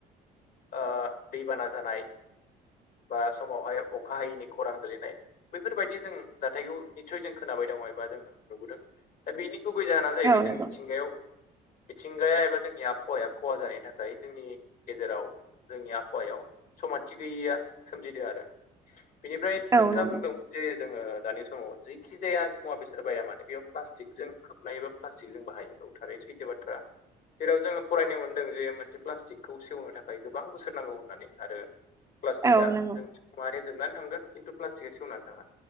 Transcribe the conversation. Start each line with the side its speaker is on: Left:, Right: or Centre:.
Left: ओ दैबाना जानाय बा समावहाय अखा हायैनि खरान गोलैनाय। बैफोरबायदि जों जाथायखौ निस्सय जों खोनाबाय दङ' एबा जोङो। नुबोदों दा बेनि गुबै जाहोना जाहैबाय
Right: औ नंगौ
Left: जों मिथिंगायाव मिथिंगाया एबा जोंनि आबहावाया ख'हा जानायनि थाखाय जोंनि गेजेराव जोंनि आबहावायाव समानथि गैयिया सोमजिदो आरो बेनिफ्राय
Right: औ
Left: नोंथाङा
Right: नंगौ
Left: बुंदों जे जोङो दानि समाव जेखि जाया मुवा-बेसाद बाया मानो बेयाव प्लास्टिक जों खोब नाय बा प्लास्टिकजों बाहायो औ थारैनो सैथो बाथ
Right: <inaudible>
Left: जेराव जोङो फरायनो मोनदों जे मोनसे प्लास्टिकखौ सेवनो थाखाय गोबां बोसोर नांगौ होननानै आरो प्लास्टिकआ
Right: औ नंगौ
Left: जों मारै जोबनानै थांगोन। खिन्थु प्लास्टिकआ सेवनानै थाङा